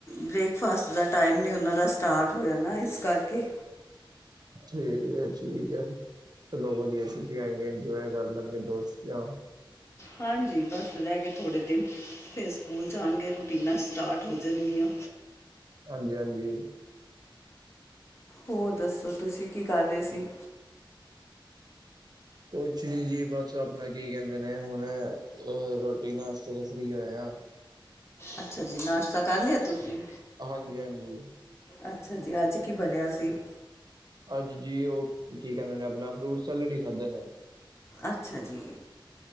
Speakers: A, on the left; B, on the right.
A: ਬ੍ਰੇਕਫਾਸਟ ਦਾ ਟਾਈਮ ਨਹੀਂ ਉਹਨਾਂ ਦਾ ਸਟਾਰਟ ਹੋਇਆ ਨਾ ਇਸ ਕਰਕੇ।
B: ਠੀਕ ਹੈ- ਠੀਕ ਹੈ। ਚਲੋ ਵਧੀਆ ਹੈ ਛੁੱਟੀਆਂ ਹੈਗੀਆਂ ਇੰਜੋਏ ਕਰ ਲੈਣਗੇ ਦੋਸਤੀਆ।
A: ਹਾਂਜੀ ਬਸ ਰਹਿ ਗ ਥੋੜੇ ਦਿਨ। ਫੇਰ ਸਕੂਲ ਜਾਣਗੇ ਰੂਟੀਨਾਂ ਸਟਾਰਟ ਹੋ ਜਾਣਗੀਆਂ।
B: ਹਾਂਜੀ- ਹਾਂਜੀ,
A: ਹੋਰ ਦੱਸੋ ਤੁਸੀਂ ਕੀ ਕਰ ਰਹੇ ਸੀ?
B: ਕੁਛ ਨੀ ਜੀ ਬਸ ਆਪਣਾ ਕੀ ਕਹਿੰਦੇ ਨੇ ਹੁਣ ਅ ਰੋਟੀ ਨਾਸ਼ ਤੋਂ ਫਰੀ ਹੋਇਆ।
A: ਅੱਛਾ ਜੀ ਨਾਸ਼ਤਾ ਕਰ ਲਿਆ ਤੁਸੀਂ?
B: ਹਾਂਜੀ- ਹਾਂਜੀ।
A: ਅੱਛਾ ਜੀ ਅੱਜ ਕੀ ਬਣਿਆ ਸੀ?
B: ਅੱਜ ਜੀ ਉਹ ਕੀ ਕਹਿੰਦੇ ਨੇ ਆਪਣਾ ਫਰੂਟ ਸੈਲਡ ਹੀ ਖਾਧਦੇ ਨੇ।
A: ਅੱਛਾ ਜੀ।